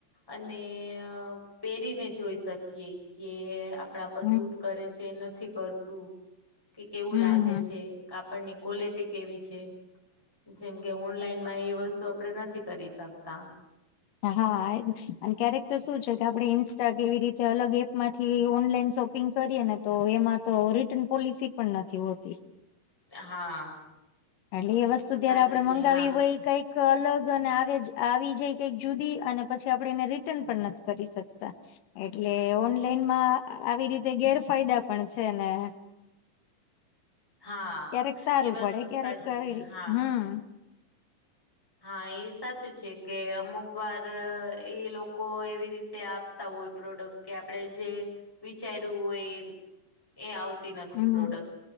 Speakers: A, in the centre; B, on the left (about 70°).
A: અને પહેરીને જોઈ શકીએ કે આપ કપડાં પર
B: હમ્મ
A: સૂટ કરે છે, નથી કરતું કે કેવું
B: હમ્મ
A: લાગે
B: હમ્મ
A: છે, કાપડને કપડાં. ક્વલિટી કેવી છે, જેમ કે ઓનલાઈનમાં એ વસ્તુ આપણે નથી કરી શકતાં.
B: હા, અને ક્યારેક તો શું છે કે આપણે ઇન્સ્ટા કેવી રીતે અલગ એપ માંથી ઓનલાઈન શોપિંગ રીગ કરીે ને, તો એમાં તો રિટર્ન પોલિસી પણ નથી હોતી.
A: હા.
B: એટલે એ વસ્તુ જયારે
A: સાચી
B: આપડે મંગાવી
A: છે હા
B: હોય કંઈક અલગ અને આવી જાય કંઈક જુદી, અને પછી આપણેે એને રિટર્ન પણ નથી કરી શકતા. એટલે ઓનલાઈનમાં આવી રીતે ગેરફાયદા પણ છે ને.
A: હા,
B: ક્યારેક સારું
A: એ બધું
B: પડે ક્યારેક
A: સાચી
B: આવી
A: છે,
B: રી
A: હા.
B: હમ
A: હા, એ સાચું છે કે અમુક વાર એ લોકો એવી રીતે તે આપતા હોય પ્રોડક્ટ, કે આપણે જે વિચાર્યું હોય એ એ આવતી નથી
B: હમ
A: પ્રોડક્ટ.